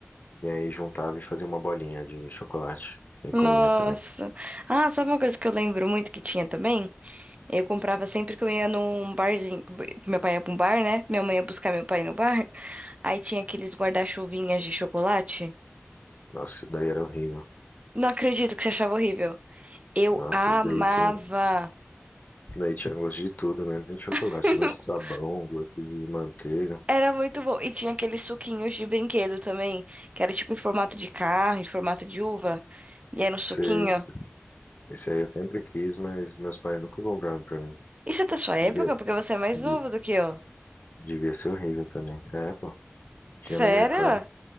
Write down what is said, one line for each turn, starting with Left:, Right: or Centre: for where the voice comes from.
Left: e aí juntava e fazia uma bolinha de chocolate. E
Right: Nossa.
Left: comia também.
Right: Ah, sabe uma coisa que eu lembro muito que tinha também? Eu comprava sempre que eu ia num barzinho. Meu pai ia pra um bar, né? Minha mãe ia buscar meu pai no bar. Aí tinha aqueles guarda-chuvinhas de chocolate.
Left: Nossa, isso daí era horrível.
Right: Não acredito que você achava horrível. Eu
Left: Nossa,
Right: amava.
Left: isso daí tem. Isso daí tinha gosto de tudo, né? Nem de chocolate.
Right: <laughs>
Left: Gosto de sabão, gosto de manteiga.
Right: Era muito bom. E tinha aqueles suquinhos de brinquedo também, que era tipo em formato de carro, em formato de uva. E era um suquinho.
Left: Sei. Isso aí eu sempre quis, mas meus pais nunca compraram pra mim.
Right: Isso é da sua época,
Left: Devia,
Right: porque você é mais
Left: de-
Right: novo do que eu.
Left: devia ser horrível também. É, pô. Tinha
Right: Sério?
Left: no mercado.